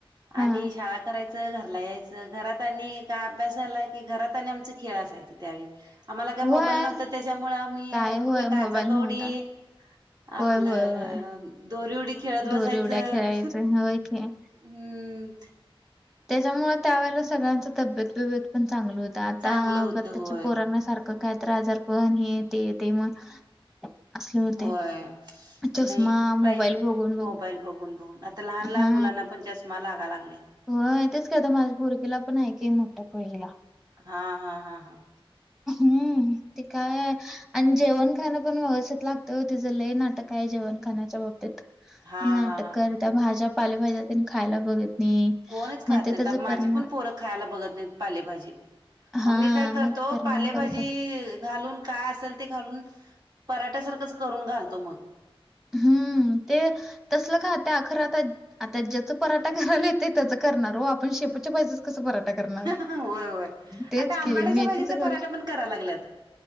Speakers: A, in the centre; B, on the right.
A: हां,
B: आणि शाळा कराय च घरला यायचं घरात आणि का अभ्यास झाला की, घरात आणि आमचं खेळ असायचं त्यावेळी. आम्हांला काय
A: होय.
B: मोबाईल नव्हतं त्याच्यामुळं आम्ही
A: काय
B: कुठं
A: होय
B: काचा-कवडी
A: मोबाईल नव्हता.
B: आपलं
A: होय, होय, होय.
B: दोरी उडी खेळत
A: दोरी
B: बसायचं,
A: उड्या खेळायचं होय की.
B: हुं...
A: त्याच्यामुळं त्यावेेळेला सगळ्यांच तब्येत बि-ब्येत पण चांगलं होतं आता
B: चांगलं होतं
A: आताच्या
B: होय
A: पोरांना सारखं का काय तर आजारपण हे ते येतंय मग. असले होते.
B: होय.
A: चष्मा
B: नाही
A: मोबाईल
B: पा
A: बघून
B: मोबाईल बघून बघून आता लहान लहान
A: हा
B: मुलांना पण जास्त मला लागा लागलायं.
A: होय तेच की आता माझ्या पोरगीला पण आहे की मोठ्या पोरगीला.
B: हां हां हां हां.
A: हम्म ते काय आणि जेवण खाणं पण व्यवस्थित लागतं ओ तिचं लय नाटक आहे जेवण खाण्याच्या बाबतीत.
B: हा
A: नाटक
B: हा हा
A: करत्या भाज्या पालेभाज्या तेन खायला बघत नाही.
B: कोणच खात
A: मग ते
B: नाहीत
A: त्याचा
B: माझी
A: परिणाम
B: पण पोरं खायला बघत नाहीत पालेभाजी, मग
A: हा
B: मी काय करतो
A: मग ते परिणाम
B: पालेभाजी
A: करत
B: घालून काय असेल ते घालून पराठ्या सारखंच करून घालतो मग.
A: हम्म ते तसलं खात्या खरं आता. आता ज्याचा पराठा करायला येतंय त्याच करणार हो आपण शेपूच्या भाजीचं कसं पराठा ठा करणार
B: होय होय
A: तेच
B: आता आंबाड्याच्या
A: की मेथीच
B: भाजीचा
A: कर
B: पराठा पण कराय लागल्यात